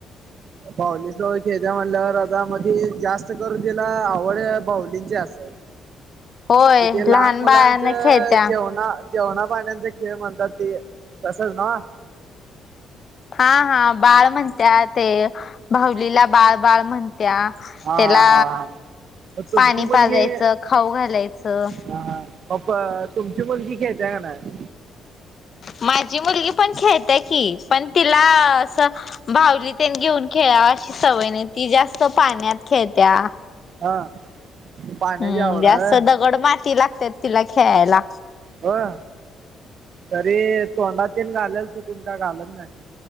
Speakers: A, on the right; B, on the left.
A: बाउली सोबत खेळत्या म्हणल्यावर आता म्हणजे जास्त करून तिला आवड बाउलींची असेल.
B: होय
A: तिथे लहान मुलांच
B: बाळान खेळत्या
A: जेवणा जेवणा पाण्यांचा खेळ म्हणतात, ते तसंच नव्ह.
B: हा हा. बाळ म्हणतात ते, भाऊलीला बाळ. बाळ म्हणत्या त्याला,
A: हा हा हा मग
B: त्याला
A: तुमची
B: पाणी
A: मुलगी
B: पाजायचं खाऊ घालायचं
A: हा मग प... तुमची मुलगी खेळत्या का नाही.
B: माझी मुलगी पण, खेळत्या की पण तिला असं. भावली तेन घेऊन खेळाव अशी सवय नाही, ती जास्त पाण्यात खेळत्या.
A: हा. पाण्याची
B: हम्म.
A: आवड
B: जास्त
A: आहे
B: दगड माती लागतात, तिला खेळायला.
A: होय, तरी तोंडातेन घालेल चुकून, काय घालत नाही.